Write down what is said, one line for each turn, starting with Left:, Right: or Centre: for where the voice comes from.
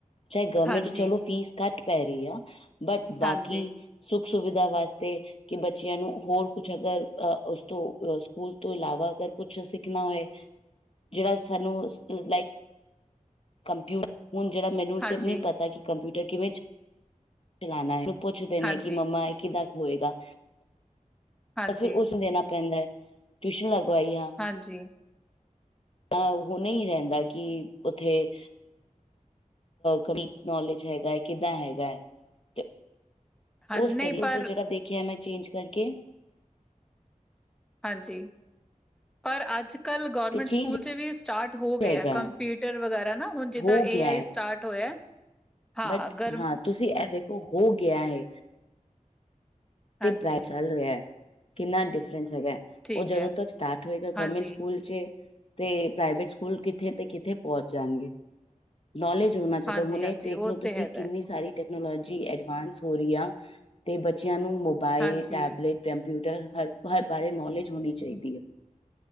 Left: ਚਾਹੇ ਗਵਰਮੈਂਟ
Centre: ਹਾਂਜੀ,
Left: ਚਲੋ ਫੀਸ ਘੱਟ ਪੈ ਰਹੀ ਆ ਬਟ ਬਾਕੀ
Centre: ਹਾਂਜੀ,
Left: ਸੁੱਖ ਸੁਵਿਧਾ ਵਾਸਤੇ ਕਿ ਬੱਚਿਆਂ ਨੂੰ ਹੋਰ ਕੁਛ ਅਗਰ ਉਸ ਤੋਂ ਸਕੂਲ ਤੋਂ ਇਲਾਵਾ ਅਗਰ ਕੁਛ ਸਿੱਖਣਾ ਹੋਏ ਜਿਹੜਾ ਸਾਨੂੰ ਲਾਈਕ ਕੰਪਿਊ ਹੁਣ ਜਿਹੜਾ ਮੈਨੂੰ
Centre: ਹਾਂਜੀ,
Left: ਤੇ ਨੀ ਪਤਾ ਕਿ ਕੰਪਿਊਟਰ ਕਿਵੇਂ ਚਲਾਣਾ ਹੈ ਪੁੱਛਦੇ ਨੇ
Centre: ਹਾਂਜੀ,
Left: ਕਿ ਮੰਮਾ ਇਹ ਕਿੱਦਾਂ ਹੋਏਗਾ
Centre: ਹਾਂਜੀ,
Left: ਤਾਂ ਫਿਰ ਉਸਨੂੰ ਦੇਣਾ ਪੈਂਦਾ ਹੈ ਟਿਊਸ਼ਨ ਲਗਵਾਈ ਹਾਂ
Centre: ਹਾਂਜੀ,
Left: ਤਾਂ ਉਹ ਨਹੀਂ ਰਹਿੰਦਾ ਕਿ ਉੱਥੇ ਕਈ ਨੌਲੇਜ ਹੈਗਾ ਹੈ ਕਿੱਦਾਂ ਹੈਗਾ ਹੈ ਤੇ
Centre: ਹਾਂ ਨਹੀਂ
Left: ਉਸ ਤਰੀਕ
Centre: ਪਰ
Left: ਚ ਜਿਹੜਾ ਦੇਖਿਆ ਮੈਂ ਚੇਂਜ ਕਰਕੇ
Centre: ਹਾਂਜੀ ਪਰ ਅੱਜ ਕੱਲ੍ਹ ਗੌਰਮੈਂਟ
Left: ਤੇ ਚੇਂਜ
Centre: ਸਕੂਲ ਚ ਵੀ ਸਟਾਰਟ ਹੋ ਗਿਆ
Left: ਹੈਗਾ
Centre: ਕੰਪਿਊਟਰ
Left: ਹੈ,
Centre: ਵਗੈਰਾ ਨਾ ਹੁਣ ਜਿੱਦਾਂ
Left: ਹੋ
Centre: ਏ
Left: ਗਿਆ
Centre: ਆਈ
Left: ਹੈ।
Centre: ਸਟਾਰਟ ਹੋਇਆ ਹਾਂ
Left: ਬਟ
Centre: ਗਰਮ
Left: ਹਾਂ ਤੁਸੀਂ ਇਹ ਵੇਖੋ ਹੋ ਗਿਆ ਹੈ।
Centre: ਹਾਂਜੀ
Left: ਪ੍ਰ <unintelligible> ਚੱਲ ਰਿਹਾ ਕਿੰਨਾ ਡਿਫਰੈਂਸ ਹੈਗਾ
Centre: ਠੀਕ
Left: ਉਹ ਜਦੋਂ
Centre: ਹੈ
Left: ਤੱਕ ਸਟਾਰਟ ਹੋਏਗਾ
Centre: ਹਾਂਜੀ,
Left: ਗਵਰਮੈਂਟ ਸਕੂਲ ਚ ਤੇ ਪ੍ਰਾਈਵੇਟ ਸਕੂਲ ਕਿੱਥੇ ਤੇ ਕਿੱਥੇ ਪਹੁੰਚ ਜਾਣਗੇ ਨੌਲੇਜ ਹੋਣਾ ਚਾਹੀਦਾ
Centre: ਹਾਂਜੀ,
Left: ਹੁਣ ਇਹ
Centre: ਹਾਂਜੀ
Left: ਦੇਖਲੋ
Centre: ਉਹ
Left: ਤੁਸੀਂ
Centre: ਤੇ ਹੈਗਾ
Left: ਕਿੰਨੀ
Centre: ਹੈ
Left: ਸਾਰੀ ਟੈਕਨੋਲੋਜੀ ਐਡਵਾਂਸ ਹੋ ਰਹੀ ਆ ਤੇ ਬੱਚਿਆਂ ਨੂੰ ਮੋਬਾਇਲ
Centre: ਹਾਂਜੀ,
Left: ਟੈਬਲੇਟ ਕੰਪਿਊਟਰ ਹਰ ਹਰ ਬਾਰੇ ਨੌਲੇਜ ਹੋਣੀ ਚਾਹੀਦੀ ਹੈ